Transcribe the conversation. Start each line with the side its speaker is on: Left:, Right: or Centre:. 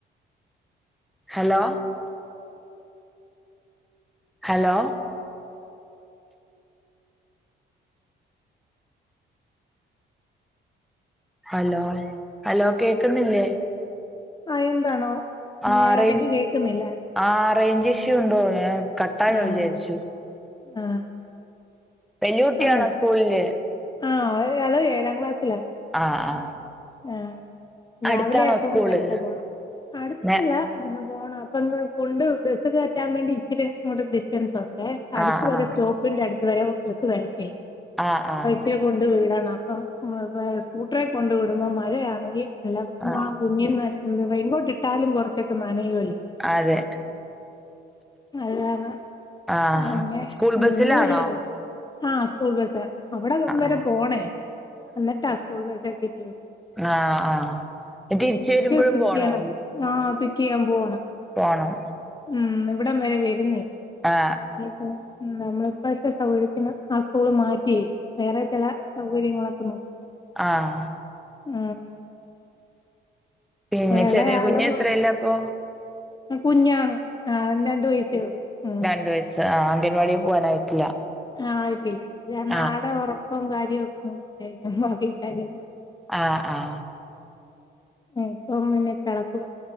Centre: hello hello hello hello കേക്കുന്നില്ലേ
Left: ആഹ് എന്താണോ
Centre: ആഹ് റേ
Left: ഇടക്ക് കേൾക്കുന്നില്ലായിരുന്നു
Centre: ആഹ് റേഞ്ച് ഇഷ്യൂ ഉണ്ടോ ഞാൻ കട്ടായോ
Left: ആഹ്
Centre: വിചാരിച്ചു
Left: ആഹ്
Centre: വല്യ കുട്ടിണോ
Left: ആഹ്
Centre: സ്കൂളില്
Left: ആഹ് ഒരാള് ഏഴാം ക്ലാസ്സിലാ
Centre: ആ ആ
Left: ആഹ് രാവിലെ
Centre: അടുത്താണോ
Left: അയപ്പൊ
Centre: സ്കൂള്
Left: നേരത്തെ പോണം അടുത്തല്ല
Centre: നെ
Left: ഇന്ന് പോണം അപ്പൊ ന്ന് കൊണ്ട് ബസ് കേറ്റാൻ വേണ്ടി ഇച്ചിരി അങ്ങോട്ട് ഡിസ്റ്റൻസ് ഉണ്ടേ അടുത്ത്
Centre: ആ ആ
Left: വരെ സ്റ്റോപ്പിന്റെ അടുത്ത് വരെ ബസ്സ് വരത്തി
Centre: ആഹ് ആഹ്
Left: ഉച്ച കൊണ്ടു വീടണം അപ്പം സ്കൂട്ടറെ കൊണ്ടു വിടുമ്പോ മഴയാണെങ്കി നല്ല
Centre: ആ
Left: ആഹ് കുഞ്ഞി നനയൊ റൈൻ കോട്ട് ഇട്ടാലും കൊറച്ചൊക്കെ നനയുവ
Centre: അതെ
Left: അത് കാരണം
Centre: ആഹ്
Left: അങ്ങനെ
Centre: സ്കൂൾ ബസിലാണോ?
Left: ഇന്ന് വല്യ ആഹ് സ്കൂൾ ബസ്സ അവിടെ വരെ
Centre: ആ
Left: പോണേ എന്നിട്ടാ സ്കൂൾ ബസ്സൊക്കെ <unintelligible>
Centre: ആഹ് ആഹ് തിരിച്ച് വരുമ്പഴും
Left: പിക്ക്
Centre: പോണോ
Left: ചെയ്യണം ആ പിക്ക് ചെയ്യാൻ പോണം
Centre: പോണം
Left: ഉം ഇവിടം വരെ വരുന്നെ
Centre: ആ
Left: <unintelligible> നമ്മളിപ്പോഴത്തെ സൗകര്യത്തിന് ആഹ് സ്കൂള് മാറ്റി വേറെ ചില സൗകര്യങ്ങളൊക്കെ നോക്കി
Centre: ആഹ്
Left: ഉം
Centre: പിന്നെ
Left: എളയാള്
Centre: ചെറിയ കുഞ്ഞ എത്രല്ല
Left: വന്നേക്കും
Centre: അപ്പൊ
Left: കുഞ്ഞാണ് ആഹ് രണ്ട് വയസേയുള്ളൂ ഉം
Centre: രണ്ടു വയസ്സ് ആഹ് അംഗൻവാടില് പോവാനായിട്ടില്ല
Left: ആഹ് ആയിട്ടില്ല കാരണം
Centre: ആ
Left: ആടെ ഉറക്കം കാര്യവും ഒക്കെ നോക്കിയായിരിക്കാം അ കാര്യക്കെ
Centre: ആഹ് ആഹ്
Left: ഇപ്പം പിന്നെ കിളക്കു